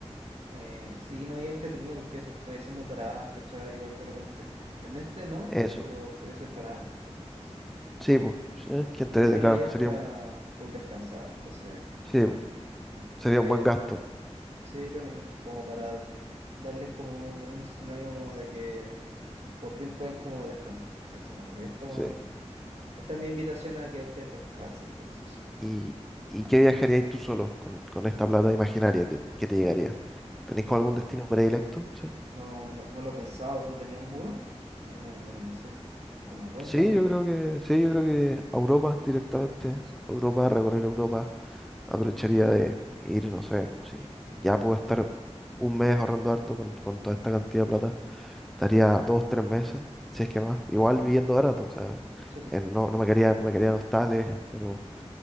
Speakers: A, on the right; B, in the centre.
A: Eh, sí, no había entretenido porque eso, voy haciendo paradas, ¿cachai? Igual de repente. En este no,
B: Eso.
A: pero podía hacer paradas, ¿cachai? Entonces.
B: Sí, pues, que entrete,
A: Y bueno,
B: claro,
A: ahí es
B: sería
A: para
B: un,
A: full descansar, entonces,
B: sí, po,
A: no,
B: sería
A: creo que
B: un buen gasto.
A: Sí, lo mismo, como para darles como un sinónimo como de que por fin pueden como descansar, ¿cachai? O sea, como que esto,
B: Sí.
A: esta es mi invitación a que ustedes descansen, por eso decirlo.
B: ¿Y, y qué viajaríais tú solo con, con esta plata imaginaria que, que te llegaría? ¿Tenéis como
A: Uh,
B: algún destino predilecto? Sí.
A: no, no, no lo he pensado, ¿tú tenías alguno? Como, como, no sé, como cuéntame.
B: Sí, yo creo que, sí,
A: Mm,
B: yo creo que a Europa directamente, Europa, recorrer Europa, aprovecharía de ir, no sé, si ya puedo estar un mes ahorrando harto con, con toda esta cantidad de plata, estaría dos, tres meses, si es que más, igual viviendo barato, o sea,
A: sí, po,
B: en- no, no me quedarían, me quedarían hostales, pero